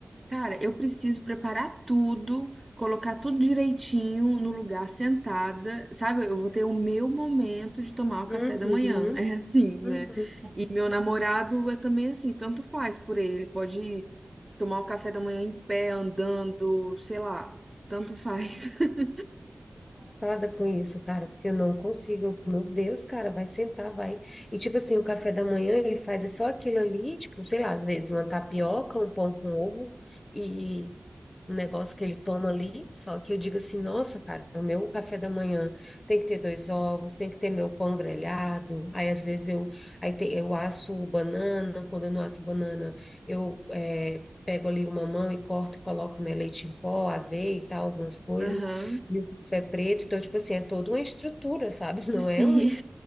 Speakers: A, on the right; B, on the left.
A: cara, eu preciso preparar tudo, colocar tudo direitinho no lugar sentada, sabe? Eu vou ter o meu momento de tomar o café
B: Uhum,
A: da manhã. <laughs> É assim, né?
B: uhum.
A: E meu namorado é também assim, tanto faz por ele. Ele pode tomar o café da manhã em pé, andando, sei lá, tanto faz. <laughs>
B: Passada com isso, cara, porque eu não consigo. Eu, Meu Deus, cara, vai sentar, vai. E tipo assim, o café da manhã ele faz é só aquilo ali, tipo, sei lá, às vezes uma tapioca, um pão com ovo e um negócio que ele toma ali. Só que eu digo assim, nossa, cara, o meu café da manhã tem que ter dois ovos, tem que ter meu pão grelhado. Aí às vezes eu, aí te- eu asso banana, quando eu não asso banana, eu eh, pego ali uma mão e corto e coloco, né, leite em pó, aveia e tal, algumas coisas.
A: Aham,
B: E o café preto, então, tipo assim, é toda uma estrutura, sabe? <laughs> Não
A: Sim.
B: é um,